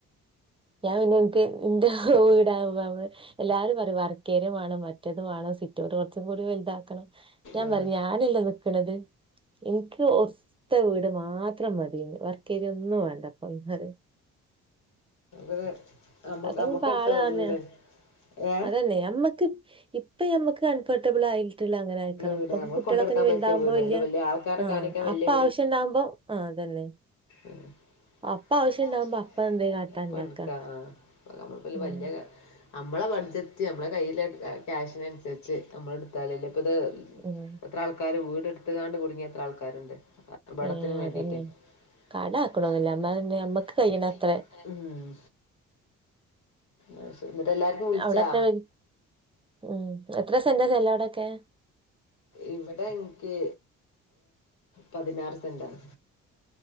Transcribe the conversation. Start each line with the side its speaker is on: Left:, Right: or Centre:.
Right: ഞാൻ പിന്നെ ഇൻക് <unintelligible> എല്ലാരും പറിം വർക്കേരിയ വാണം മറ്റത് വാണം സിറ്റൗട്ട് കൊർച്ചും കൂടി വൽതാക്കണം ഞാൻ
Left: ആഹ്
Right: പർഞ് ഞാനല്ലെ നിക്ക്‌ണത് ഇൻക്ക് ഒത്ത വീട് മാത്രം മതി വർക്കേരി ഒന്നും വാണ്ടപ്പന്ന് പറിം
Left: അത് അമ്മ
Right: അതൊക്കെ
Left: അമ്മക്ക്
Right: ഇനിയിപ്പോ
Left: എട്ത്താ
Right: ആള്
Left: ഒതുങ്ങൂലെ
Right: തന്നെ
Left: ഏ
Right: അതന്നെ നമ്മക്ക് ഇപ്പ നമ്മക് കംഫർട്ടബിൾ ആയിട്ട്ള്ള അങ്ങനെ ആയിര്ക്കണം
Left: വീട്
Right: ഇപ്പൊ
Left: നമ്മക്ക്
Right: കുട്ടിയളൊക്കെ
Left: കൊണ്ടടുക്കാൻ
Right: ഞ് വൽതാവുമ്പോ
Left: പറ്റിയ വീട്
Right: വല്യ
Left: അല്ല വലിയ ആൾക്കാരെ
Right: ആ
Left: കാണിക്കാൻ വലിയ
Right: അപ്പ ആവശ്യണ്ടാവുമ്പോ ആ അതന്നെ
Left: ഉം
Right: അപ്പ ആവശ്യണ്ടാവുമ്പോ
Left: അപ്പട്ക്കാ
Right: അപ്പ എന്തേലും കാട്ടാ ഇണ്ടാക്കാ
Left: ആ <unintelligible>
Right: ഉം
Left: വല്യ അമ്മളെ ബഡ്ജറ്റ് അമ്മളെ കയ്യില് ക്യാഷിനൻസര്ച്ച് നമ്മളെടുത്താലല്ലെ പ്പ ഇത്
Right: <unintelligible>
Left: എത്ര ആൾക്കാര് വീട് ഇട്ത്ത്ങ്ങാണ്ട് കുടുങ്ങിയ എത്ര ആൾക്കാര്ണ്ട് പടത്തിന്
Right: ഏഹ്
Left: വേണ്ടിട്ട്
Right: അതന്നെ ആക്കണൊന്നില്ല
Left: കട ആക്ക്ണോന്നുല്ല
Right: അമ്മ
Left: ന്നാ നമ്മക്ക്
Right: കഴിയണ
Left: കയ്യിണ
Right: അത്രേ
Left: അത്ര ഉം അയ് ശരി ന്നട്ട് എല്ലാർക്കും വിൾച്ചാ
Right: അവിടെ എത്ര വെ- ഉം എത്ര സെന്റ് സ്ഥല അവ്ടൊക്കെ
Left: ഇവടെ ഇൻക്കി പതിനാറ് സെന്റാണ്